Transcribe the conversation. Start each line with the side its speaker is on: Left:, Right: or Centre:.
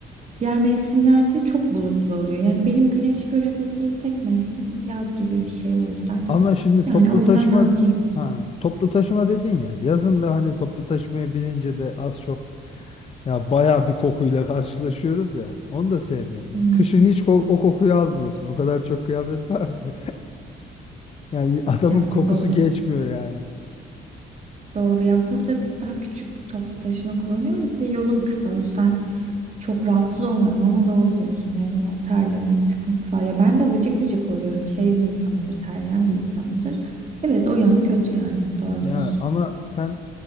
Right: diğer mevsimlerde çok bulutlu oluyor. Yani benim güneş görebildiğim tek mevsim yaz gibi bir şey o yüzden.
Left: Ama şimdi
Right: Yani
Left: toplu
Right: o yüzden
Left: taşıma,
Right: yazcıyım.
Left: ha, toplu taşıma dedin ya, yazın da hani toplu taşımaya binince de az çok ya bayağı bir kokuyla <laughs> karşılaşıyoruz ya. Onu da sevmiyorum
Right: Hmm,
Left: ben. Kışın hiç ko- o kokuyu almıyorsun. O kadar çok kıyafet var ki. Yani <laughs> adamın
Right: yani
Left: kokusu
Right: doğru.
Left: geçmiyor yani.
Right: Doğru ya burada biz daha küçük toplu taşıma kullanıyoruz. Bir de yolum kısa o yüzden çok rahatsız olmadım ama doğru diyorsun. Yazın o terleme sıkıntısı var. Ya ben de vıcık vıcık oluyorum. Şey bir insanımdır, terleyen bir insanımdır. Evet o yanı kötü yani. Doğru
Left: Ya
Right: diyorsun.
Left: ama sen